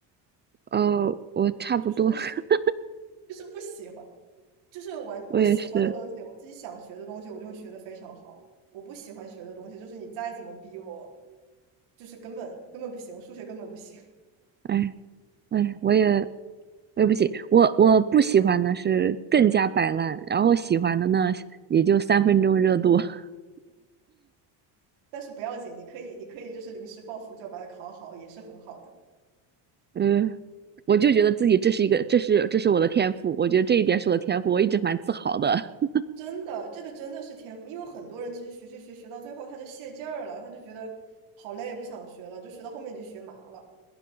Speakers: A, on the right; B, on the right.
A: 哦，我差不多，
B: 就是不喜欢
A: <laughs>
B: 就是不喜欢，就是玩我喜欢的东西，
A: 我也是，
B: 我自己想学的东西，我就会学的非常好。我不喜欢学的东西，就是你再怎么逼我，就是根本根本不行，我数学根本不行。<laughs>
A: 哎哎，我也我也不行，我我不喜欢的是更加摆烂，然后喜欢的呢也就三分钟热度，<laughs>
B: 但是不要紧，你可以你可以就是临时抱佛脚把它考好，也是很好的。
A: 嗯，我就觉得自己这是一个，这是这是我的天赋，我觉得这一点是我的天赋，我一直蛮自豪的。<laughs>
B: 真的，这个真的是天赋，因为很多人其实学学学学到最后他就泄劲儿了，他就觉得好累，不想学了，就学到后面已经学麻了。